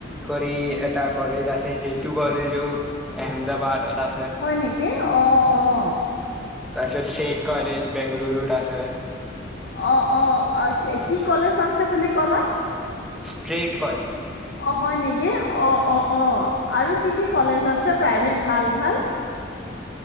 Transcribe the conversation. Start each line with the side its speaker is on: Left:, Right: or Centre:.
Centre: কৰি এটা কলেজ আছে সেইটো কলেজো এহমদাবাদ এটা
Left: হয় নেকি? অ', অ'।
Centre: তাইপিছত চেইত কলেজ বেংগলৰোত আছে।
Left: অ', অ', অকেক কি কলেছ আছে বুলি কলা?
Centre: ষ্ট্ৰেইট।
Left: অ', হয় নিকি অ', অ'। অ', আৰু কি কি কলেজ আছে প্ৰাইভেট ভাল-ভাল?